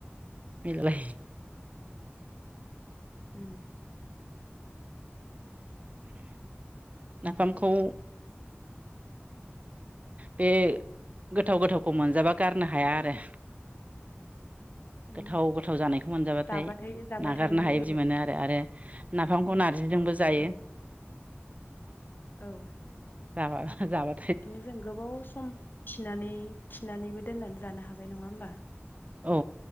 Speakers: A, on the right; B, on the left.
A: बिलाय।
B: उम
A: नाफामखौ बे गोथाव गोथावखौ मोनजाबा गारनो हाया आरो।
B: उम
A: गोथाव गोथाव जानायखौ मोनजाबाथाय
B: जाबाथाय जाबाय
A: नागारनो
B: थानो लुगैगोन
A: हायै बिदि मोनो आरो। आरो नाफामखौ नारजिजोंबो जायो
B: औ औ
A: जाबा जाबा
B: बिदिनो जों गोबाव सम खिनानै थिनानैबो दोननानै जानो हाबाय नङा होमबा?
A: औ